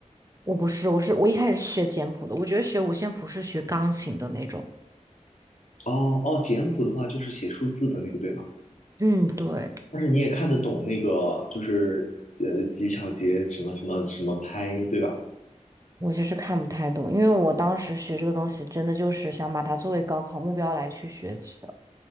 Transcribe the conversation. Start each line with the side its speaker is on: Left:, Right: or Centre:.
Right: 我不是，我是我一开始是学简谱的，我觉得学五线谱是学钢琴的那种。
Left: 哦哦，简谱的话就是写数字的那个对吗？
Right: 嗯，对，
Left: 但是你也看得懂那个，就是呃几小节什么什么什么拍，对吧？
Right: 我其实看不太懂，因为我当时学这个东西，真的就是想把它作为高考目标来去学习的。